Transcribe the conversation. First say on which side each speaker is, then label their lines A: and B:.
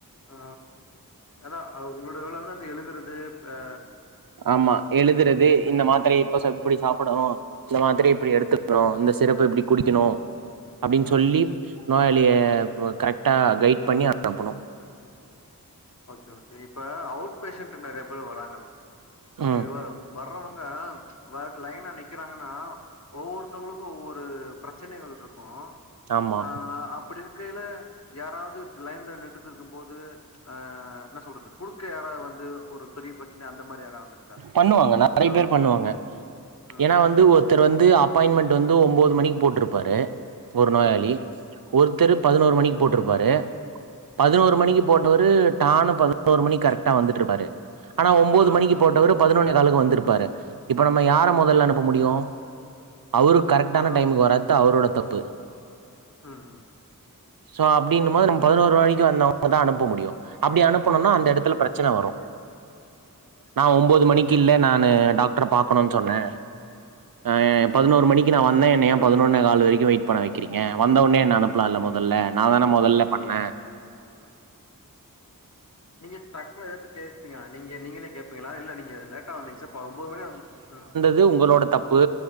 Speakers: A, on the left; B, on the right.
A: அ அதா அது உங்களோட வேல தா அந்த எழுதுறது அ
B: ஆமா எழுதுறது இந்த
A: இருக்குது
B: மாத்திரை இப்ப சப் இப்டி சாப்டணு இந்த மாதிரி இப்டி
A: ம்
B: எடுத்துக்கணும் இந்த சிரப்ப இப்டி குடிக்கணு அப்டின்னு
A: ம்
B: சொல்லி
A: ம்
B: நோயாளிய கரெக்டா கைட் பண்ணி அனுப்பனு
A: ஓகே ஓகே இப்ப அவுட் பேஷண்ட் நெறைய பேர் வராங்கள்ள அப்டி
B: ம்
A: வ வர்றவங்க வர லைனா நிக் கிறாங்கன்னா ஒவ்வொருத்தவங்களுக்கு ஒவ்வொரு பிரச்சனைகள் இருக்கு
B: ஆமா
A: ஆ அப்டி இருக்கையில யாராவது லைன்ல நின்னுட்டு இருக்கு போது அ என்ன சொல்றது குறுக்க யாராவது வந்து ஒரு பெரிய பிரச்சன அந்த மாரி யாராவது வந்திருக்கா
B: பண்ணுவாங்க நெறைய
A: இல்ல
B: பேர் பண்ணுவாங்க
A: ம்
B: ஏனா
A: ம்
B: வந்து ஒருத்தர் வந்து அப் பாயின்மெண்ட் வந்து ஒம்போது மணிக்கு போட்டுருப்பாரு ஒரு நோயாளி
A: ம்
B: ஒருத்தரு
A: ம்
B: பதனோரு மணிக்கு போட்டுருப்பாரு பதினோரு
A: ம் ம் ம்
B: மணிக்கு போட்ட வரு டானு பதனோரு மணிக் கரெக்டா வந்துட்ருப்பாரு ஆனா ஒம்போது
A: ஆ
B: மணிக்கு
A: ஆ
B: போட்டவரு பதினொன்னே காலுக்கு வந்துருப்பாரு இப்ப நம்ம யார
A: ஓகே
B: மொதல்ல அனுப்ப முடியு அவரு கரெக்ட்டான
A: பானூர்
B: டைமுக்கு வராத்து அவரோட தப்பு
A: ம் ம்
B: சோ அப்டிங்க்கு போது நம்ம பதினோரு மணிக்கு வந்தவங்களதா அனுப்ப முடியு அப்டி அனுப்பனுனா
A: ம்
B: அந்த எடத்துல பிர ச்சன வரு நா ஒம்போது மணிக்கில்ல
A: ஓகே
B: நானு டாக்டர பாக்கனுன் சொன்னே அ
A: ம்
B: பதினோரு மணி ஜி நா வந்தே என்ன ஏ பதினொன்னே கால் வரைக்கு வெயிட் பண்ண வைக்கிறீங்க வந்த ஒட்னே என்ன அனுப்பலா இல்ல மொதல்ல நா தான மொதல்ல பண்ண
A: நீங்க டக்குனு எடுத்து கேப்பீங்க நீங்க நீங்களே கேப் திங்களா இல்ல நீங்க லேட்டா வந்தீங்க சார் இப்ப ஒம்போது மணி வந்த ம்
B: து உங்களோட தப்பு